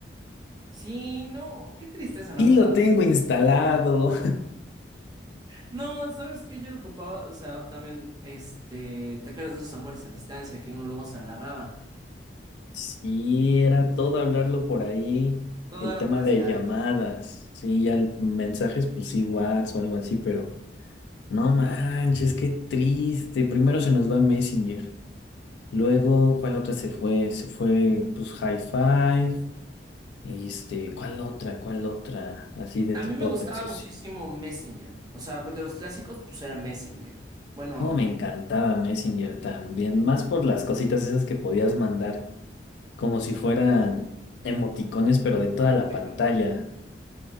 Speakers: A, on the right; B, on the left.
A: Sí, no, qué tristeza, la
B: Sí
A: verdad.
B: lo tengo instalado.
A: No, sabes que yo lo ocupaba, o sea, también, este, te acuerdas de esos amores a distancia que uno luego se agarraba.
B: Sí, era todo hablarlo por ahí,
A: Todo
B: el
A: era
B: tema
A: por Skype.
B: de llamadas, sí, ya el- mensajes, pues sí, WhatsApp o algo así, pero no manches, qué triste. Primero se nos va Messenger, luego, ¿cuál otra se fue? Se fue, pues, High Five, este, ¿cuál otra? ¿Cuál otra? Así de
A: A
B: tipo
A: mí me gustaba
B: red social.
A: muchísimo Messenger. O sea, pues, de los clásicos, pues era Messenger. Bueno,
B: Cómo me encantaba Messenger
A: eh,
B: también, más por las cositas esas que podías mandar, como si fueran emoticones, pero de toda
A: emoticones.
B: la pantalla.